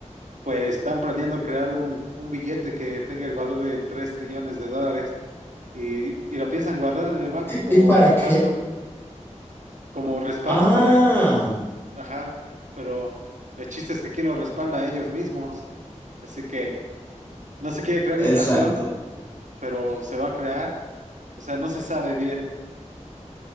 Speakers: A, on the right; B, on the left.
A: pues están planeando crear un, un billete que tenga el valor de 3 trillones de dólares y, y lo piensan guardar en el banco como
B: ¿Y para
A: respaldo,
B: qué?
A: como respaldo
B: Ah,
A: para, ajá, pero el chiste es que quién lo respalda a ellos mismos. Así que no se quiere crear
B: exacto.
A: inflación, pero se va a crear, o sea, no se sabe bien.